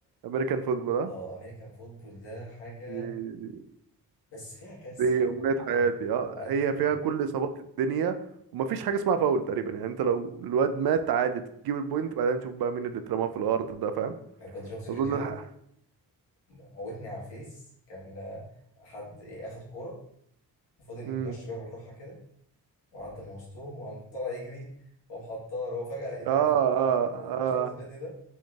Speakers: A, on the right; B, on the left.
A: امريكان فوتبول ها
B: اه امريكان فوتبول ده حاجه
A: دي
B: بس فيها كسر
A: دي
B: وضرب
A: امنية حياتي
B: وقتل
A: اه هي فيها
B: و...
A: كل اصابات الدنيا ومفيش حاجة اسمها فاول تقريبا يعني انت لو الواد مات عادي تجيب البوينت بعدين نشوف بقى مين اللي اترماه في الارض ده فاهم
B: يعني كنت شفت فيديو
A: اظن الح...
B: موتني على الفيس كان حد ايه اخد كورة وفضل متمشي
A: مم.
B: بيها بالراحة كده وعدى من وسطهم وقام طلع يجري وقام حطها اللي هو فجأة ايه ده
A: اه
B: انت انت عد-
A: اه
B: أنا
A: اه
B: شفت الفيديو ده